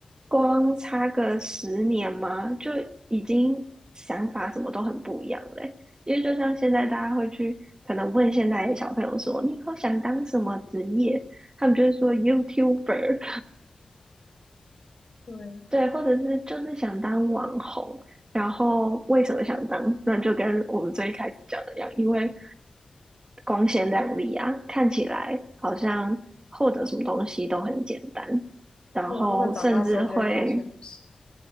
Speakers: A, on the right (about 35°); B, on the left (about 45°).
A: 光差个十年嘛，就已经想法什么都很不一样嘞。因为就像现在大家会去可能问现在的小朋友说，你以后想当什么职业？他们就会说 YouTuber，
B: 对。
A: 对，或者是就是想当网红。然后为什么想当？那就跟我们最开始讲的一样，因为光鲜亮丽啊，看起来好像获得什么东西都很简单，然后甚至会
B: 然后他们长大之后就会发现不是，